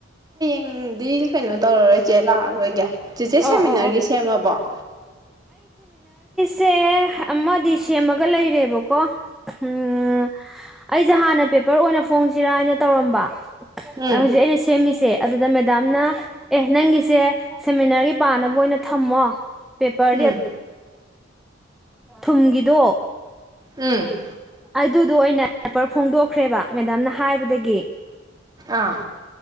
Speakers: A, on the right; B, in the centre.
A: ꯎꯗꯤ ꯀꯩꯅꯣ ꯇꯧꯔꯔꯣꯏ ꯆꯦ ꯂꯥꯛꯑꯔꯣꯏꯒꯦ꯫ ꯆꯤꯆꯦ ꯁꯦꯃꯤꯟꯅꯔꯒꯤ
B: ꯑꯣ ꯑꯣ ꯑꯣ
A: ꯁꯦꯝꯃꯕꯣ?
B: ꯁꯦ ꯑꯃꯗꯤ ꯁꯦꯝꯃꯒ ꯂꯩꯔꯦꯕꯀꯣ ꯎꯝ ꯑꯩꯁꯦ ꯍꯥꯟꯅ ꯄꯦꯄꯔ ꯑꯣꯏꯅ ꯐꯣꯡꯁꯤꯔꯥ ꯍꯥꯏꯅ ꯇꯧꯔꯝꯕ
A: ꯎꯝ
B: ꯍꯧꯖꯤ ꯑꯩꯅ ꯁꯦꯃꯤꯁꯦ ꯑꯗꯨꯗ ꯃꯦꯗꯥꯝꯅ ꯑꯦ ꯅꯪꯒꯤꯁꯦ ꯁꯦꯃꯤꯅꯥꯔꯒꯤ ꯄꯥꯅꯕ ꯑꯣꯏꯅ ꯊꯝꯃꯣ ꯄꯦꯄꯔꯗꯤ
A: ꯎꯝ
B: ꯊꯨꯝꯒꯤꯗꯣ
A: ꯎꯝ
B: ꯑꯗꯨꯗꯣ ꯑꯣꯏꯅ ꯄꯦꯄꯔ ꯐꯣꯡꯗꯣꯛꯈ꯭ꯔꯦꯕ ꯃꯦꯗꯥꯝꯅ ꯍꯥꯏꯕꯗꯒꯤ
A: ꯑꯥ꯫